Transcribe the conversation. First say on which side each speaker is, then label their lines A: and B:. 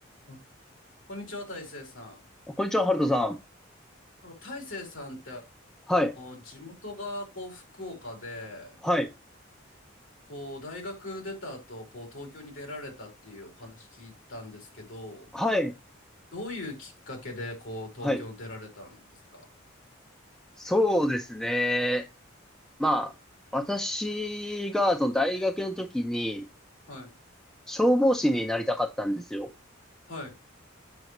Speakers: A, on the left (about 70°); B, in the centre.
A: あこんにちは、大成さん。
B: こんにちは、ハルトさん。
A: なんか大成さんってあ
B: はい、
A: の地元がこう福岡で、
B: はい、
A: こう大学出た後、こう東京に出られたっていうお話聞いたんですけど、
B: はい、
A: どういうきっかけでこう東京に出られたんですか
B: はい。そうですね。まあ、私が、その大学の時に、
A: はい。
B: 消防士になりたかったんですよ。
A: はい。